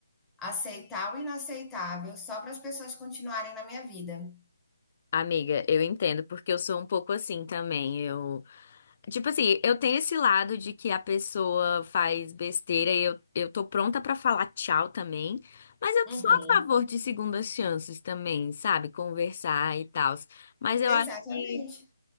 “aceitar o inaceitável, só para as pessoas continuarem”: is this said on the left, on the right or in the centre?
Centre